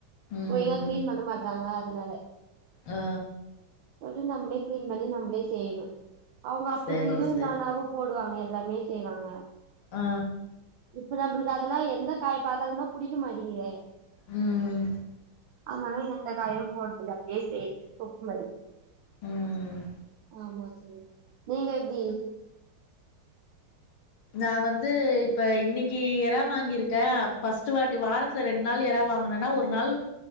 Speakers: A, on the left; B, on the right.
A: ம்
B: போய் கிளீன் பண்ண மாட்றாங்க அதுனால
A: ஆ
B: சொல்டு நம்ளே கிளீன் பண்ணி நம்ளே செய்யணும் அவுங்க அப்பத்தி
A: சரி
B: இதுவும்
A: சரி
B: நானாவும் போடுவாங்க எல்லாமே செய்வாங்க
A: ஆ
B: இப்ப நம்மளுக்கு அதெல்லாம் எந்த காய பாத்தாலு தா புடிக்க மாட்டேங்குதே
A: ம்
B: அதனால எந்த காயும் போடுதுல அப்டியே சேத்து தொக்குமாதி
A: ம்
B: ஆமா தோழி நீங்க எப்டி
A: நா வந்து இப்ப இன்னைக்கி எறா வாங்கியிருக்க ஃபர்ஸ்ட் வாட்டி வார த்துல ரெண்டு நாள் எறா வாங்குனன்னா ஒரு நாள்